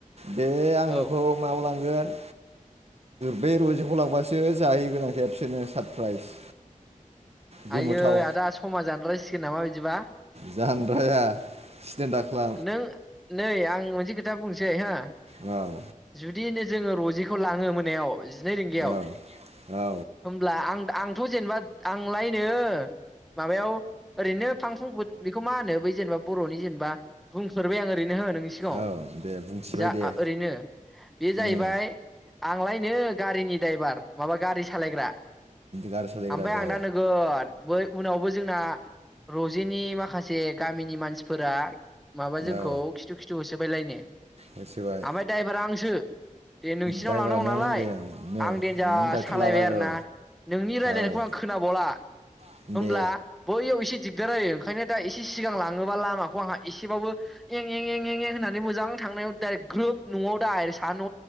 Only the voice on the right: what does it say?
बे आंनोखौ
माबायाव लांगोन बे रजेखौ लांबासो जाहैगोना खेबसेरनो सारप्राइज। गोमोथाव
जानद्राया सिदेन् दाख्ला
औ।
औ औ
औ दे बुंथिबाय
दे
उम
गारि सालायग्रा
दे
औ
होसोबाय
द्राइभारा
नों
दे औ
नों दायथ'
लाबाय
औ
औ
<unintelligible>